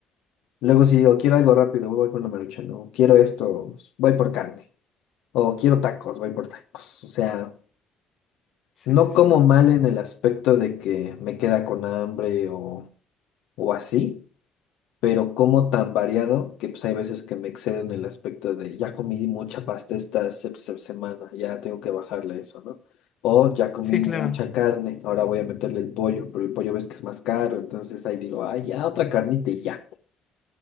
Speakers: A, on the left; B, on the left.
A: luego si digo, quiero algo rápido, voy con la marucha, no. Quiero esto, voy por carne. O quiero tacos, voy por tacos. O sea,
B: Sí,
A: no
B: sí, sí.
A: como mal en el aspecto de que me queda con hambre o, o así, pero como tan variado que pues hay veces que me excedo en el aspecto de ya comí mucha pasta esta se- se- semana, ya tengo que bajarle a eso, ¿no? O ya comí
B: Sí,
A: mucha
B: claro.
A: carne, ahora voy a meterle el pollo, pero el pollo ves que es más caro, entonces ahí digo, ay, ya otra carnita y ya.